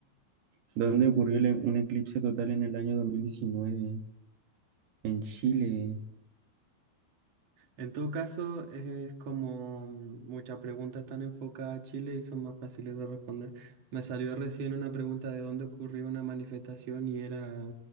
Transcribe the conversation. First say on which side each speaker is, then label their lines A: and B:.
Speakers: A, on the right (about 75°); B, on the right (about 45°).
A: ¿Dónde ocurrió el- e-, un eclipse total en el año 2019? En Chile.
B: En todo caso, es como mm, muchas preguntas están enfocadas a Chile y son más fáciles de responder. Me salió recién una pregunta de dónde ocurrió una manifestación y era